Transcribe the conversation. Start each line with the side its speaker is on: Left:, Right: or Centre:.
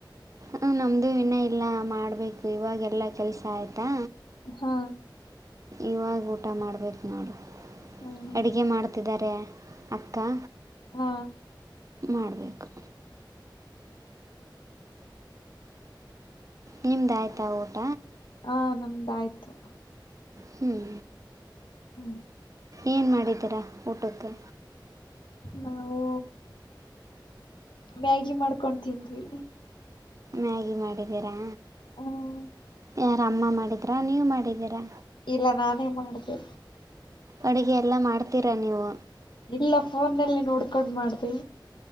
Right: ಹ ನಮ್ದು ಇನ್ನ ಇಲ್ಲಾ ಮಾಡ್ಬೇಕು ಇವಾಗ ಎಲ್ಲಾ ಕೆಲ್ಸ ಆಯ್ತಾ
Left: ಹ್ಮ
Right: ಇವಾಗ ಊಟ ಮಾಡ್ಬೇಕು ನೋಡು
Left: ಹ್ಮ್
Right: ಅಡುಗೆ ಮಾಡ್ತಿದ್ದಾರೆ ಅಕ್ಕಾ
Left: ಹಾ
Right: ಮಾಡ್ಬೇಕು ನಿಮ್ದ ಆಯ್ತಾ ಊಟ
Left: ಹಾ ನಮ್ದ ಆಯ್ತು
Right: ಹ್ಮ್
Left: ಹ್ಮ್
Right: ಏನು ಮಾಡಿದ್ದೀರಾ ಊಟಕ್ಕೆ
Left: ನಾವು ಮ್ಯಾಗಿ ಮಾಡ್ಕೊತಿಂದ್ವಿ
Right: ಮ್ಯಾಗಿ ಮಾಡಿದ್ದೀರಾ
Left: ಹ್ಮ್
Right: ಯಾರ ಅಮ್ಮ ಮಾಡಿಡ್ರ ನೀವು ಮಾಡಿದ್ದೀರಾ
Left: ಇಲ್ಲ ನಾನೇ ಮಾಡದೆ
Right: ಅಡುಗೆ ಎಲ್ಲ ಮಾಡ್ತೀರಾ ನೀವು
Left: ಇಲ್ಲ ಫೋನ್ನಲ್ಲಿ ನೋಡ್ಕೊಂಡ್ ಮಾಡ್ದ